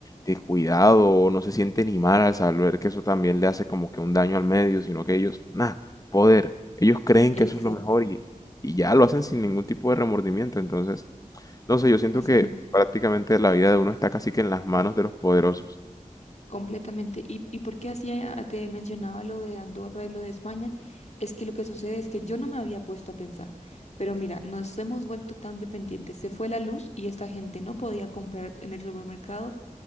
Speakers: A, on the left; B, on the left.
A: de cuidado o no se siente ni mal al saber que eso también le hace como que un daño al medio, sino que ellos, nada, poder, ellos creen
B: exacto.
A: que eso es lo mejor y, y ya lo hacen sin ningún tipo de remordimiento. Entonces, no sé, yo siento
B: Así.
A: que prácticamente la vida de uno está casi que en las manos de los poderosos.
B: Completamente. ¿Y, y por qué hacía, te mencionaba lo de Andorra y lo de España? Es que lo que sucede es que yo no me había puesto a pensar, pero mira, nos hemos vuelto tan dependientes. Se fue la luz y esta gente no podía comprar en el supermercado,